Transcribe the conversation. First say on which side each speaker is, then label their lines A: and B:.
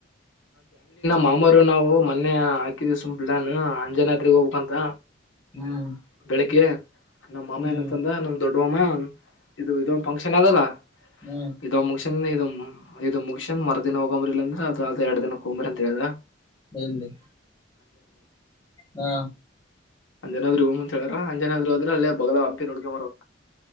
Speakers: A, on the left; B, on the left.
A: ಮಾಮೂರು ನಾವು ಮೊನ್ನೆ ಹಾಕಿದಿ ಸುಮ್ ಪ್ಲಾನ್ ಅಂಜನಾದ್ರಿಗ್ ಹೋಗ್ಬೇಕಂತ
B: ಹ್ಮ್
A: ಬೆಳಿಗ್ಗೆ ನಮ್ಮ ಮಾಮ
B: ಹ್ಮ್
A: ಏನಂತಂದ ನಮ ದೊಡ್ಡ ಮಾಮ ಇದು ಇದೊಂದು ಫಂಕ್ಷನ್ ಅದಲ್ಲ
B: ಹ್ಮ್
A: ಇದೊಂದ್ ಮುಗ್ಸಿ ಂದ ಇದು ಇದು ಮುಗಶಂದನ್ ಮರರ್ದಿನ ಹೋಗಂಬ್ರಿ ಇಲ್ಲ ಅಂದ್ರೆ ಅದು ಅದ ಎರ ದಿನಕ್ಕೆಕ್ಂಬ್ರಿ ಅಂತ ಹೇಳದ
B: ಎಲ್ಲಿ ಹಾ
A: ಅಂಜನ್ರ್ ಹೂಮ್ ಅಂತ ಹೇಳಾರ ಅಂಜನಾದ್ರು ಆದದ್ರ ಅಲ್ಲೇ ಬಗಲ ಹಂಪಿ ನೋಡ್ಕ ಬಾರದು